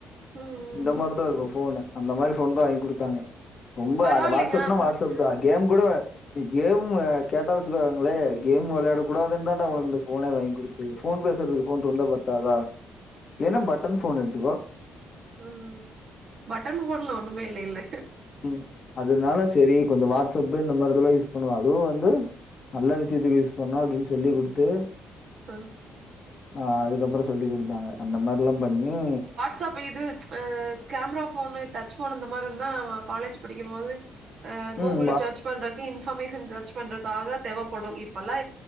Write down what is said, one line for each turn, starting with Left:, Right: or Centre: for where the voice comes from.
Right: ம்,
Left: இந்த
Right: ம்.
Left: மார்தா இருக்கு ஃபோனு அந்த மாரி ஃபோன் தா வாங் குடுத்தாங்க ரொம்ப
Right: பரவாயில்லைங்க
Left: அந்த வாட்ஸ்அப்னா
Right: அந்த
Left: வாட்ஸ்அப் தா கேம் கூட கேமு கேட்டா வச்க்கோங்களே கேம் விளையட கூடாது தான்டா உனக்கு இந்த போனே வாங்கி குடுத்தது ஃபோன் பேசறதுக்கு போன் இருந்தா பத் தாத இல்லைன்னா பட்டன் ஃபோன் எடுத்துக்கோ
Right: அ பட்டன் ஃபோன்ல ஒண்ணுமே இல்லைல்ல
Left: ம் அதனால சரி கொஞ்ச வாட்ஸ்அப்பு இந்த மாரி இதெல்லா யூஸ் பண்ணுவ அதுவு வந்து நல்ல விஷ்யத்துக்கு யூஸ் பண்ணு அப்படின் சொல்லி குடுத்து
Right: அ
Left: அ அதுக்கப்புற சொல்லி கொடுத்தாங்க அந்த மார்ல்லா பண்ணி
Right: ச அப்ப இது அ கேமரா ஃபோனு டச் ஃபோனு இந்த மார் இருந்தா காலேஜ் படிக்கும் மோது அ கூகுள்ல
Left: ம்
Right: ச்சர்ச் பண்றக்கு இன்ஃபர்மேஷன் ச்சர்ச் பண்றக்காக தேவப்படு இப்பல்லா